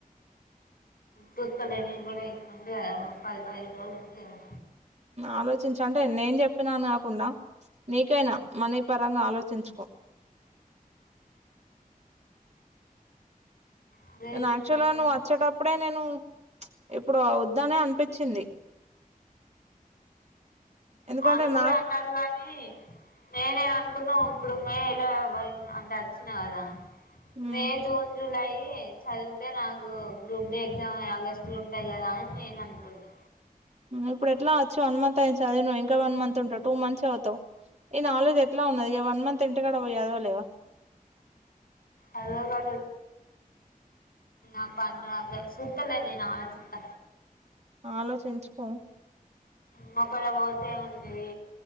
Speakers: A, on the left; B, on the right.
A: కుత్తలేని కూడా ఇంకంది పది పదిహేను రోజులు ఉంది కదా
B: ఆలోచించ అంటే నేను చెప్పినాను కాకుండా నీకైనా మనీ పరంగా ఆలోచించుకో
A: అదే
B: నేను
A: చూస్తాను
B: యాక్చువల్ గా నువ్వు వచ్చేటప్పుడే నేను ఇప్పుడు వద్దనే అనిపించింది ఎందుకంటే
A: వాళ్ళు కూడా
B: నాకు
A: అన్నారు కానీ నేనేమనుకున్నా ఇప్పుడు మే ఇలా అంటే వచ్చినా కదా
B: ఉమ్
A: మే జూన్ జులై చదివితే నాకు గ్రూప్ డీ ఎగ్జామ్ ఆగస్టు లో ఉంటాయి కదా అని నేను అనుకున్నాను
B: ఇప్పుడు ఎట్లా వచ్చు వన్ మంత్ అయితాది చదివు నువ్వు ఇంకా వన్ మంత్ ఉంటావు టూ మంత్స్ అవుతావు ఈ నాలేజ్ ఎట్లా ఉన్నది ఇగ వన్ మంత్ ఇంటికాడ పోయి ఏడ్వలేవా
A: <inaudible> అంతలో నేనలోచిత్త
B: ఆలోచించుకో
A: మా పనికుతే ఉన్నది